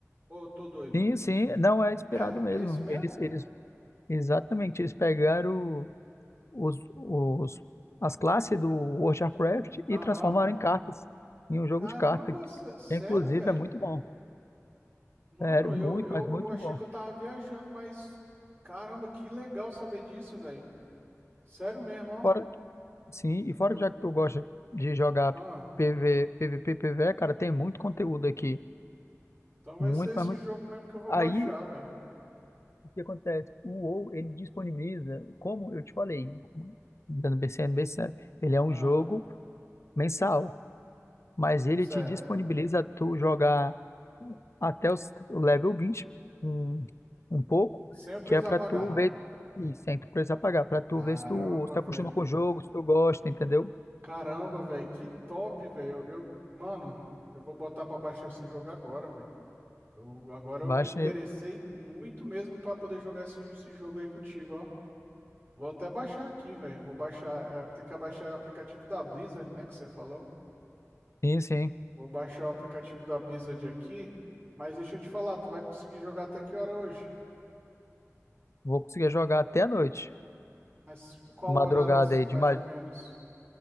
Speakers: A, on the right; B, on the left.
A: Ô, tô doido.
B: Sim, sim, não é inspirado
A: É?
B: mesmo.
A: É isso mesmo?
B: Eles, eles, exatamente, eles pegaram os, os, as classes do World of Warcraft
A: Aham.
B: e transformaram em cartas, em um jogo
A: Caramba,
B: de cartas,
A: sé- sério,
B: que inclusive
A: velho?
B: é muito bom.
A: Mano,
B: Sério, muito,
A: eu, eu
B: mas muito
A: achei
B: bom.
A: que eu tava viajando, mas caramba, que legal saber disso, velho. Sério mesmo, ó.
B: Fora, sim, e fora
A: Eu...
B: que já que tu gosta de jogar
A: Ah,
B: PV, PVP, PVE, cara, tem muito conteúdo aqui.
A: então vai
B: Muito,
A: ser esse
B: mas muito.
A: jogo mesmo que eu vou
B: Aí
A: baixar, velho.
B: o que acontece? O WoW, ele disponibiliza, como eu te falei, Dando bem sendo bem sério, ele é um
A: Ah,
B: jogo mensal, mas ele
A: certo.
B: te disponibiliza tu jogar até os- o level vinte um, um pouco,
A: Sem eu precisar
B: que é pra
A: pagar.
B: tu ver e sem tu precisar pagar, pra tu
A: Caramba,
B: ver se tu se tu
A: velho.
B: acostuma com o jogo, se tu gosta, entendeu?
A: Caramba, velho, que top, velho. Eu, eu- mano, eu vou botar pra baixar esse jogo agora, velho. Eu- agora eu
B: Baixa,
A: me interessei muito mesmo pra poder jogar esse, esse jogo aí contigo, ó. Vou até baixar aqui, velho. Vou baixar. é, tem que abaixar o aplicativo da Blizzard, né? Que você falou.
B: sim, sim,
A: Vou baixar o aplicativo da Blizzard aqui. Mas deixa eu te falar, tu vai conseguir jogar até que hora hoje?
B: vou conseguir jogar até a noite,
A: Mas qual
B: madrugada
A: horário assim,
B: aí,
A: mais
B: de mais
A: ou menos?